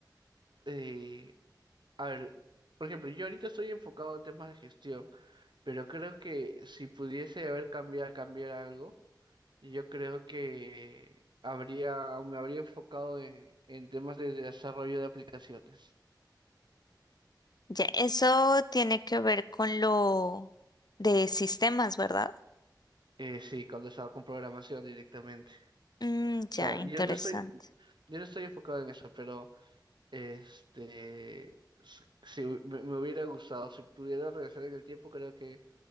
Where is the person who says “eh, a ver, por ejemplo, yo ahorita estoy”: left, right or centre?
Right